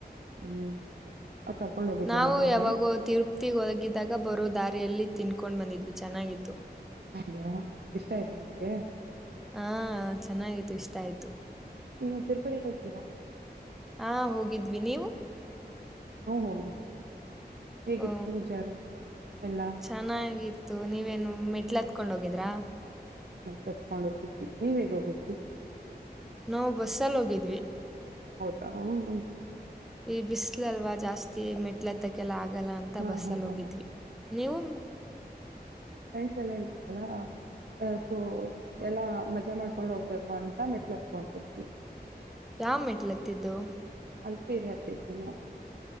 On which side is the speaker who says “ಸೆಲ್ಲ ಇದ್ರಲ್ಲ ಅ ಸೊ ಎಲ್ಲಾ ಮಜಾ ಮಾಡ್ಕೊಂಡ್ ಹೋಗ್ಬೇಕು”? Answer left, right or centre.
Right